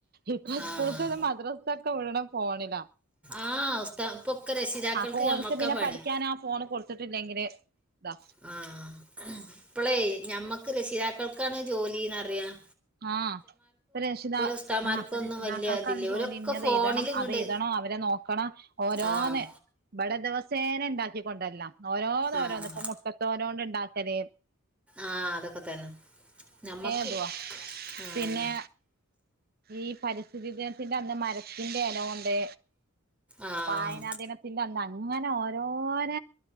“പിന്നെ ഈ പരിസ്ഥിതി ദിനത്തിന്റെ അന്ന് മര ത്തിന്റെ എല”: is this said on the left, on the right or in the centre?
Right